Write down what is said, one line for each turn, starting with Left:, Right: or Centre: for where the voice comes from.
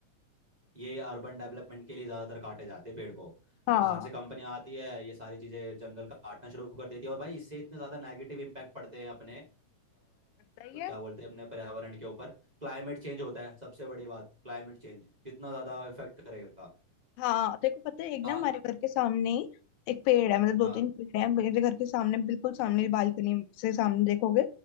Right: ये अर्बन डेवलपमेंट के लिए ज़्यादातर काटे जाते हैं पेड़ को
Left: हाँ
Right: बाहर से कंपनियां आती है ये सारी चीज़ें जंगल काटना शुरू कर देती है और भाई इससे इतने ज़्यादा नेगेटिव इम्पैक्ट पड़ते हैं अपने आ,
Left: पता ही है
Right: क्या बोलते हैं अपने पर्यावरण के ऊपर क्लाइमेट चेंज होता है सबसे बड़ी बात क्लाइमेट चेंज कितना ज़्यादा इफेक्ट करेगा
Left: हाँ देखो पता है एक
Right: का-
Left: ना हमारे घर के सामने ही एक पेड़ है मतलब दो
Right: हाँ
Left: तीन पेड़ है मेरे घर के सामने बिल्कुल सामने बालकनी से सामने देखोगे